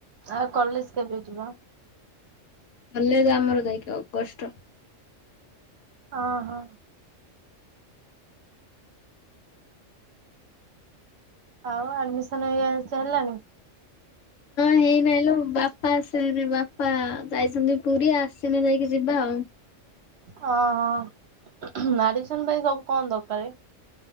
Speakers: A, on the right; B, on the left.
A: ଆଉ କଲେଜ କେବେ ଯିବ?
B: କଲେଜ୍ ଆମର ଯାଇକି ଅଗଷ୍ଟ।
A: ଓହୋ ଆଉ ଆଡମିନଇ ହେଲାଣି?
B: ହେଇନାଇଁ ଲୋ ବାପା ଆସଲେ ବାପା ଯାଇଛନ୍ତି ପୁରୀ ଆସିଲେ ଯାଇକି ଯିବା ଆଉ।
A: ହିଁ ହ ଆଡିମିସନ ପାଇଁ ସବୁ କଣ ଦରକାର?